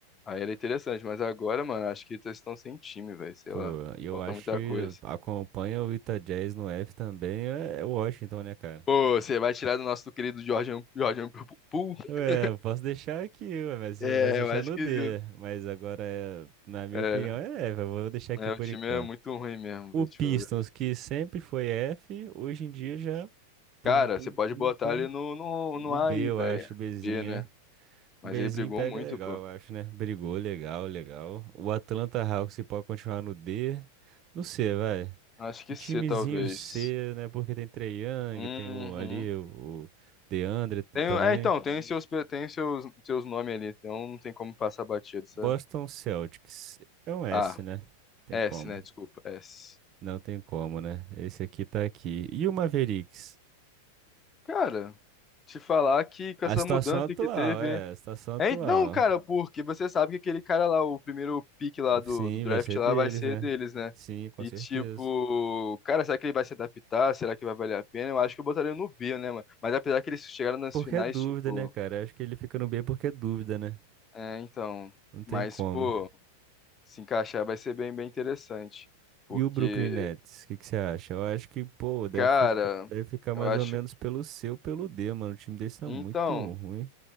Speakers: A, on the left; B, on the right.
A: aí era interessante, mas agora, mano, acho que eles estão sem time, velho. Sei
B: Pô,
A: lá.
B: e eu
A: Falta
B: acho
A: muita
B: que
A: coisa.
B: acompanha o Utah Jazz no F também é, é o Washington, né, cara?
A: Pô, você vai tirar do nosso do querido Jordan, Jordan Poole?
B: Ué,
A: <laughs>
B: eu posso deixar aqui, ué, mas
A: É,
B: eu posso deixar
A: eu acho
B: no
A: que
B: D.
A: justo.
B: Mas agora, é, na minha
A: É,
B: opinião, é F. Eu vou deixar aqui
A: é,
B: por
A: o time
B: enquanto.
A: é muito ruim mesmo,
B: O
A: velho.
B: Pistons,
A: deixa eu ver.
B: que sempre foi F, hoje em dia já pum,
A: Cara,
B: pum,
A: você pode
B: pum,
A: botar
B: pum,
A: ele no, no,
B: no
A: no A
B: B,
A: aí,
B: eu
A: velho.
B: acho, Bzinho,
A: B, né?
B: né?
A: Mas
B: Um Bzinho
A: ele brigou
B: pega
A: muito,
B: legal,
A: pô.
B: eu acho, né? Brigou, legal, legal. O Atlanta Hawks se pode continuar no D, no C, vai.
A: Acho que
B: Um timezinho
A: C, talvez.
B: C, né? Porque tem Trae Young,
A: Uhum.
B: tem o, ali o, o DeAndre
A: Tem,
B: também.
A: o- é, então, tem seus, pe- tem seus, seus nomes ali, então não tem como passar batido, sabe?
B: Boston Celtics é um S,
A: Ah,
B: né? Tem
A: S,
B: como.
A: né? Desculpa, S.
B: Não tem como, né? Esse aqui tá aqui. E o Mavericks?
A: Cara, te falar que com
B: A
A: essa
B: situação
A: mudança
B: atual,
A: que teve.
B: é, a situação atual.
A: É, não, cara, porque você sabe que aquele cara lá, o primeiro pick lá do,
B: Sim,
A: do draft
B: vai ser
A: lá,
B: deles,
A: vai ser
B: né?
A: deles, né?
B: Sim, com
A: E
B: certeza.
A: tipo, cara, será que ele vai se adaptar? Será que vai valer a pena? Eu acho que eu botaria no B, né, mano? Mas apesar que eles chegaram nas
B: Porque
A: finais,
B: é dúvida,
A: tipo.
B: né, cara? Acho que ele fica no B porque é dúvida, né?
A: É, então.
B: Não tem
A: Mas,
B: como.
A: pô, se encaixar vai ser bem, bem interessante. Porque
B: E o Brooklyn Nets, o que que você acha? Eu acho que, pô, deve
A: Cara,
B: ficar, deve ficar
A: eu
B: mais
A: acho
B: ou menos
A: que.
B: pelo C ou pelo D, mano. O time deles tá
A: Então,
B: muito ruim.